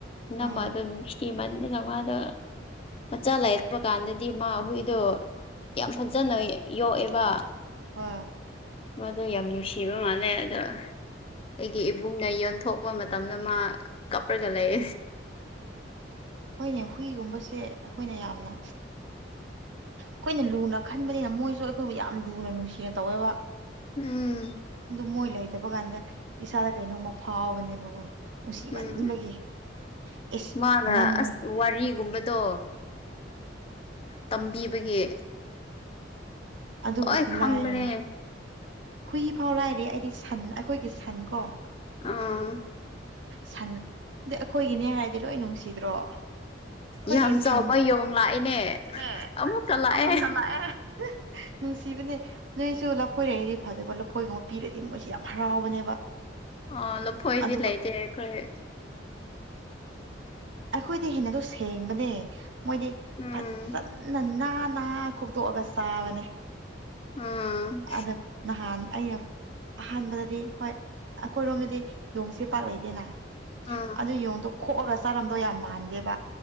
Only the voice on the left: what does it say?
ꯅꯃ
ꯑꯗꯨ ꯅ ꯁꯤꯤ ꯃꯅꯤ ꯑꯗꯨꯩꯅ ꯃꯥꯗ ꯃꯆꯥ ꯂꯩꯔꯕ ꯀꯥꯟꯗꯗꯤ ꯃꯥ ꯍꯨꯏꯗꯣ ꯌꯥꯝ ꯐꯖꯅ ꯌꯣꯛꯑꯦꯕ
ꯃꯗꯣ ꯌꯥꯝ ꯅꯨꯡꯁꯤꯕ ꯃꯥꯜꯂꯦ ꯑꯗꯣ ꯑꯩꯒꯤ ꯏꯕꯨꯡꯅ ꯌꯣꯟ ꯊꯣꯛꯄ ꯃꯇꯝꯗ ꯃꯥ ꯀꯞꯄꯒ ꯂꯩ
ꯎꯝ
ꯎꯝ
ꯃꯥꯅ
ꯑꯁ ꯋꯥꯔꯤꯒꯨꯝꯕꯗꯣ ꯇꯝꯕꯤꯕꯒꯤ
ꯂꯣꯏ ꯈꯪꯕꯅꯦ
ꯑꯥ
ꯌꯥꯝ
ꯆꯥꯎꯕ ꯌꯣꯡ ꯂꯥꯛꯑꯦꯅꯦ ꯑꯃꯨꯛꯀ ꯂꯥꯛꯑꯦ
ꯑ ꯂꯐꯣꯏꯗꯤ
ꯂꯩꯇꯦ ꯑꯩꯈꯣꯏ
ꯎꯝ
ꯎꯝ
ꯎꯝ